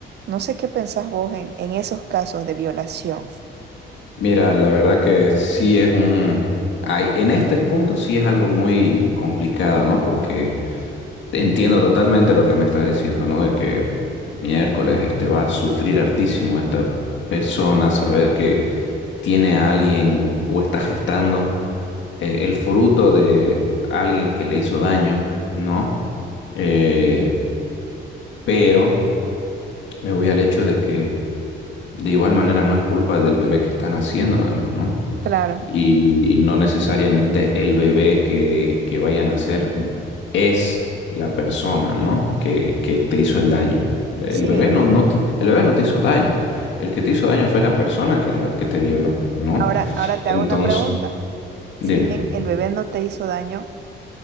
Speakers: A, on the right; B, on the left.
A: No sé qué pensás vos en, en esos casos de violación.
B: Mira, la verdad que sí es un... Hay, en este punto sí es algo muy complicado, ¿no? Porque Entiendo totalmente lo que me estás diciendo, ¿no? De que miércoles este va a sufrir hartísimo esta persona, saber que tiene a alguien o está gestando eh, el fruto de alguien que le hizo daño, ¿no? Eh, pero me voy al hecho de que de igual manera no es culpa del bebé que están haciendo, digamos, ¿no?
A: Claro,
B: Y no necesariamente el bebé que, que vayan a nacer es la persona, ¿no? que, que te hizo el daño. El
A: sí.
B: bebé no, no te, el bebé no te hizo daño. El que te hizo daño fue la persona que, la, que te violó, ¿no?
A: Ahora, ahora te
B: Entonces,
A: hago una pregunta.
B: dime.
A: Si bien el bebé no te hizo daño,